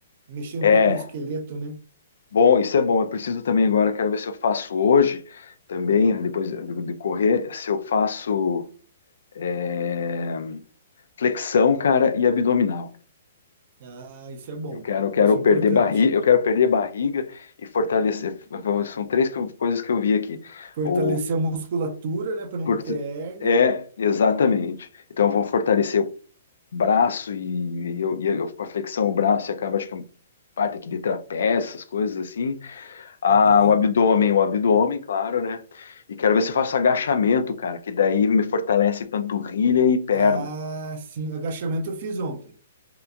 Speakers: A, on the right; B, on the left.
A: mexer
B: É,
A: um pouco no esqueleto, né?
B: Bom, isso é bom. Eu preciso também agora, quero ver se eu faço hoje também, né, depois de de correr, se eu faço é, flexão, cara, e abdominal.
A: Ah, isso é bom,
B: Eu quero, eu quero
A: isso é importante.
B: perder barriga, eu quero perder barriga e fortalecer. São três co- coisas que eu vi aqui.
A: Fortalecer
B: O
A: a musculatura, né, para não
B: forte-
A: ter hérnia.
B: é exatamente. Então eu vou fortalecer o braço e, e eu, e eu- com a flexão o braço e acaba acho que é uma parte aqui de trapézio, essas coisas assim. Ah,
A: Aham.
B: o abdômen, o abdômen, claro, né? E quero ver se eu faço agachamento, cara, que daí me fortalece panturrilha e perna.
A: Ah, sim, agachamento eu fiz ontem.